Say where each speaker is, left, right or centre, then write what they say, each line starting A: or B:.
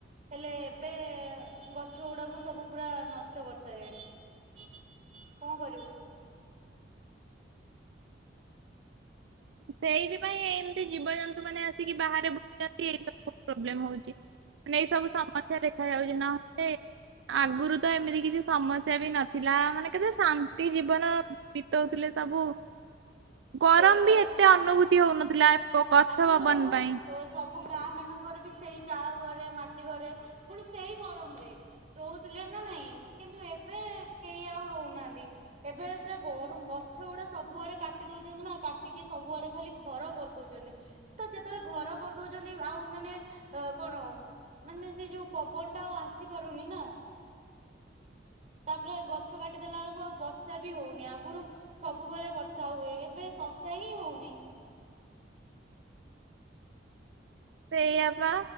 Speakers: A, on the right; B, on the right.
A: ହେଲେ ଏବେ ଗଛ ଗୁଡାକୁ ସବୁ ପୁରା ନଷ୍ଟ କରିସାଇଲେଣି କଣ କରିବୁ?
B: ସେଇଥିପାଇଁ ଏମତି ଜୀବଜନ୍ତୁ ମାନେ ଆସିକି ବାହରେ ବୁଲୁ ଛନ୍ତି ଏ ସବୁ ପ୍ରୋବ୍ଲେମ ହଉଛି। ମାନେ ଏଇ ସବୁ ସମସ୍ୟା ଦେଖା ଯାଉଛି ନହେଲେ। ଆଗରୁ ତ ଏମିତି କିଛି ସମସ୍ୟା ବି ନଥିଲା ମାନେ କେତେ ଶାନ୍ତି ଜୀବନ ବିତଉଥିଲେ। ସବୁ ଗରମ
A: ସେଇ ତ
B: ବି
A: କଥା
B: ଏତେ ଅନୁଭୂତି ହଉନଥିଲା। ଗଛ
A: ଆଗରୁ
B: ପବନ ପାଇଁ।
A: ସବୁ ଗାଁ ମାନଙ୍କର ବି ସେଇ ଚାଳ ଘ ମାଟି ଘରେ ପୁଣି ସେଇ ଗରମରେ ରହୁଥିଲେ ନା ନାଇଁ କିନ୍ତୁ ଏବେ କେହି ଆଉ ରହୁନାହାନ୍ତି ଏବେ ପୁରା ଗରମ ଗଛ ଗୁଡା ସବୁଆଡେ କାଟି ଦୋଉଚନ୍ତି ନା କାଟିକି ସବୁଆ ଆଡେ ଖାଲି ଘର କଟୁଚି ତ ଯେତେବେଳେ ଘର କରିଦଉଚନ୍ତି ଆଉ ମାନେ କଣ ମାନେ ସେ ଯୋଉ ପବନ ଟା ଆଉ ଆସିପାରୁନି ନା ତାପରେ ଗଛ କାଟିଦେଲା ବେଳକୁ ଆଉ ବର୍ଷା ବି ହୋଉନି। ଆଗରୁ ସବୁବେଳେ ବର୍ଷା ହୁଏ ଏବେ ସେହି ହୋଉନି।
B: ସେୟାଆ ପା